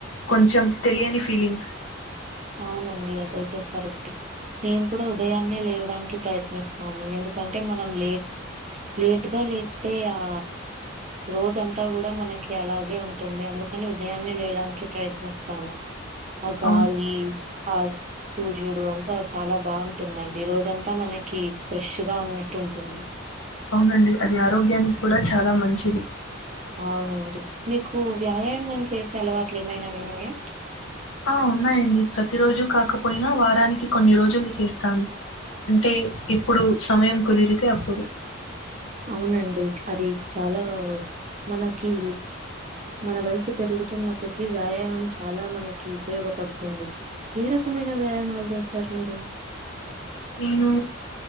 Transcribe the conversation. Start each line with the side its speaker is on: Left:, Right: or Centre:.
Left: కొంచెం తెలియని ఫీలింగ్
Right: అవునండి. అదైతే కరెక్ట్ నేను కూడా ఉదయాన్నే లేవడానికి ప్రయత్నిస్తాను ఎందుకంటే మనం లేట్ లేట్గా లేస్తే ఆ రోజంతా కూడా మనకి అలాగే ఉంటుంది అందు నేను ఉదయాన్నే లేయడానికి ప్రయత్నిస్తాను ఆ గాలి
Left: అవును
Right: ఆ సూర్యుడు అంతా చాలా బాగుంటుందండి ఈ రోజంతా మనకి ఫ్రెష్గా ఉన్న టుంటుంది
Left: అవునండి అది ఆరోగ్యానికి కూడా చాలా మంచిది
Right: అవునండి మీకు వ్యాయామం చేసే అలవాట్లు ఏమైనా ఉన్నాయా
Left: ఆ ఉన్నాయండి ప్రతి రోజు కాకపోయినా వారానికి కొన్ని రోజులు చేస్తాను అంటే ఇప్పుడు సమయం కుదిరితే అప్పుడు
Right: అవునండి అది చాలా మనకి మన వయసు పెరుగుతున్న కొద్ది వ్యాయామం చాలా మనకి ఉపయోగపడుతుంది ఏ రకం మైన వ్యాయామాలు చేస్తారు మీరు
Left: నేను